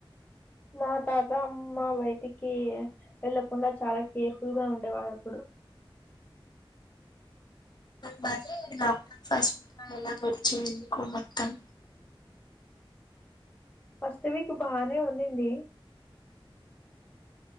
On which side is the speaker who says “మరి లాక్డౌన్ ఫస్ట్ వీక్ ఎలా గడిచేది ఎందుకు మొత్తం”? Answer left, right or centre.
Left